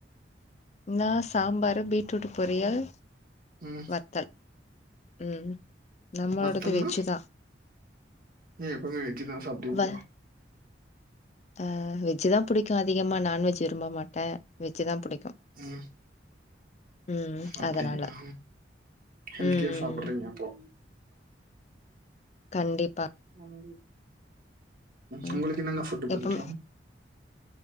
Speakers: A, on the left (about 40°); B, on the right (about 50°).
A: நா சாம்பரு பீட்ரூட் பொரியல்
B: ம்
A: வத்தல் ம் நம்மளோடது
B: வத்தல்னா
A: வெஜ்ஜு தா
B: ஏ எப்பவுமே வெஜ்ஜுதா சாப்டுவீங்களோ
A: வ ஆ வெஜ் தா புடிக்கு அதிகமா நான்வெஜ் ம்ப மாட்டே வெஜ் தா புடிக்கு
B: ம்
A: ம்
B: அப்டிங்களா
A: அதனால
B: ஹெல்த்தியா
A: ம்
B: சாப்படறீங்க
A: ம்
B: அப்போ
A: கண்டிப்பா
B: ம்
A: ம்.
B: உங்களுக்கு என்னென்ன ஃபுட் புடிக்கு
A: எப்ப